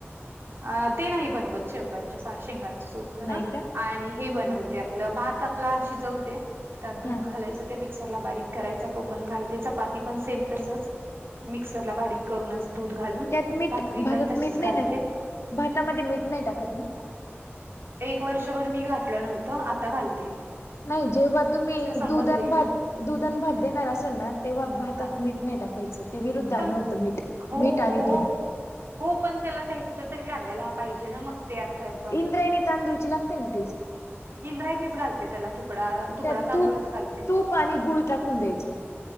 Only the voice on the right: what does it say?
अ ते नाही बनवत शेवकांच्या शेंगां <unintelligible> सूप
आणि हे बनवते
आपलं भात आपला शिजवते <unintelligible> त्यात
दूध घालायचं ते म <unintelligible> मिक्सर ला बारीक करायचा तो पण घालते चपाती पण सेम तसच मिक्सरला बारीक करूनच दूध घालून
भाकरी
पण तशीच
घालते
<unintelligible> एक वर्षभर मी घातलं नव्हतं आता घालत <unintelligible>
समजली
ना
हा
पण
हो, हो,
हो पण त्याला टेस्ट तरी लागायला पाहिजे ना, मग ते अस हाय. <unintelligible>
इंद्रायणीच घालते त्याला तुकडा तुकडा
तांदूळच
घालते.